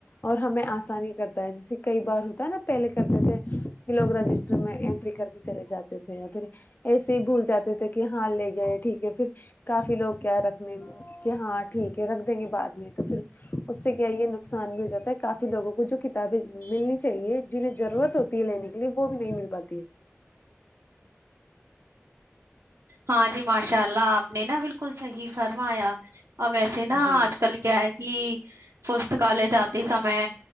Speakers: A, on the left; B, on the right.
A: اور ہمیں آسا آسانی کرتا ہے جیسے کئی بار ہوتا ہے نا پہلے کرتے تھے کہ لوگ رجسٹر میں انینٹری کر کے چلے جاتے تھے یا پھر ایسے ہی بھول جاتے تھے کہ ہاں لے گئے ٹھیک ہے پھر کافی لوگ کیا ہے رکھنے میں کہ ہاں ٹھیک ہے رکھ دیں گے بعد میں تو پھر اس سے کیا یہ نقصان بھی ہو جاتا ہے کافی کہ لوگوں کو جو کتابیں ملنی چاہیے جنہیں ضرورت ہوتی ہے لینے کے لیے وہ بھی نہیں مل پاتی ہے
B: ہاں جی ماشاء اللہ آپ نے نا بالکل صحی فرمایا ا ویسے
A: ہے
B: نا
A: جی
B: آج کل کیا ہے کہ پستکالے جاتے سمے